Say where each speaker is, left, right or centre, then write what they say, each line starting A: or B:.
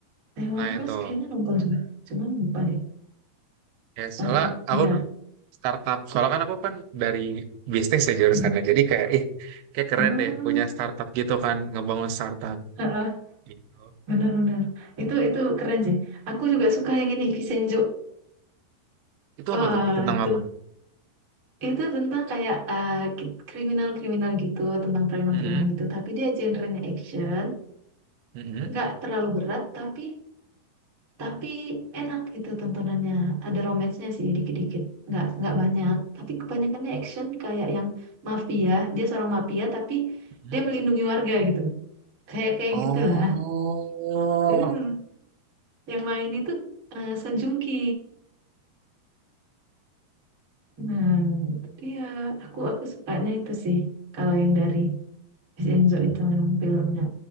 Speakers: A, on the right; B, on the right.
A: Taiwan
B: Nah
A: Class
B: itu
A: kayaknya nonton juga cuman lupa deh
B: ya
A: startup
B: soalnya aku
A: iya
B: du- startup soalnya kan aku kan dari bisnis ya jurusannya
A: Hmm.
B: jadi kayak ih kayak keren
A: oh
B: deh punya startup gitu kan ngebangun startup
A: ah
B: gitu.
A: benar-benar itu itu keren sih aku juga suka yang ini Vincenzo
B: Itu
A: Wah,
B: apa tuh? Tentang
A: itu
B: apa?
A: itu tentang kayak ah, ki- kriminal-kriminal gitu, tentang preman-preman
B: Mm-mm,
A: gitu. Tapi dia genrenya action,
B: mm-mm,
A: nggak terlalu berat, tapi tapi enak gitu tontonannya ada romansnya sih dikit-dikit nggak nggak banyak tapi kebanyakannya action kayak yang mafia dia seorang mafia tapi
B: mm-mm.
A: dia melindungi warga gitu kayak kayak
B: Oh,
A: gitulah jadi menurut- yang main itu eh, Sejungki nah itu dia aku aku sukanya itu sih kalau yang dari Vincenzo itu memang filmnya